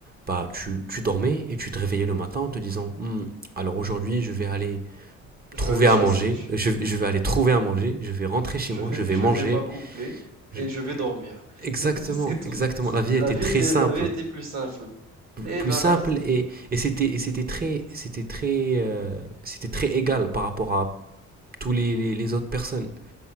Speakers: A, on the right; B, on the right.
A: bah, tu, tu dormais et tu te réveillais le matin en te disant Hmm, alors aujourd'hui je vais aller
B: je
A: trouver
B: vais aller chasser,
A: à manger,
B: je,
A: je, je vais aller trouver à manger, je vais rentrer chez
B: je
A: moi,
B: vais
A: je vais
B: je
A: manger.
B: vais m'accoupler
A: Je-
B: et je vais dormir. <laughs>
A: Exactement,
B: C'est c'est tout.
A: exactement. La vie
B: La
A: était
B: vie
A: très
B: était
A: simple.
B: la vie était plus simple. Et
A: plus
B: ben
A: simple
B: là,
A: et, et c'était et c'était très c'était très euh, c'était très égal par rapport à tous les, les, les autres personnes